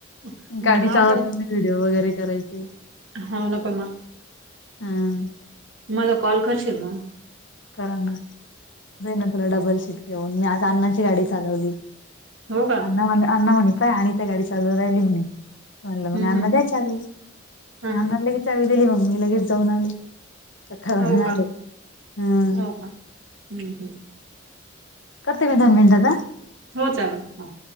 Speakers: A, on the right; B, on the left.
A: मग
B: गाडी
A: हा
B: चालवताना वी डिओ वगैरे करायचे.
A: हाव ना पण मा.
B: हां.
A: मला कॉल करशील म?
B: कराना जाई ना तुला डबल शीट घेऊन मी आज अन्नाची गाडी चालवली.
A: हो का
B: अण्णा म्हणे अण्णा म्हणे पय आणि त्या गाडी चालू राहिली म्हणे. म्हणला
A: हम्म
B: मग अण्णा
A: हम्म
B: द्या चाबी
A: हम्म
B: म अण्णा
A: हम्म
B: लगे चावी दिली मग मी लगेच जाऊन <unintelligible>
A: हो का
B: आले. हम्म
A: हो का हम्म हम्म.
B: करते मी दोन मिनिटात हां.
A: हो चालेल हो.